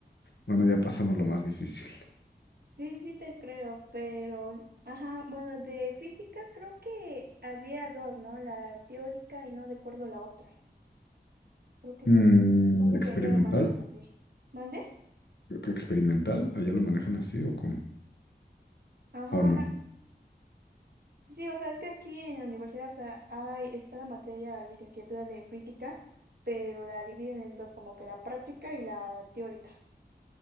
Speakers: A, on the left; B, on the right.
A: bueno, ya pasamos lo más difícil.
B: Sí, sí te creo, pero, ajá, bueno, de física creo que había dos, ¿no? La teórica y no recuerdo la otra. Creo que
A: Mm,
B: pa- no sé
A: experimental,
B: si allá lo manejan así. ¿Mande?
A: creo que experimental, allá lo manejan así o cómo,
B: Ajá,
A: o no.
B: Sí, o sea, es que aquí en la universidad, o sea, hay, está la materia licenciatura de física, pero la dividen en dos, como que la práctica y la teórica.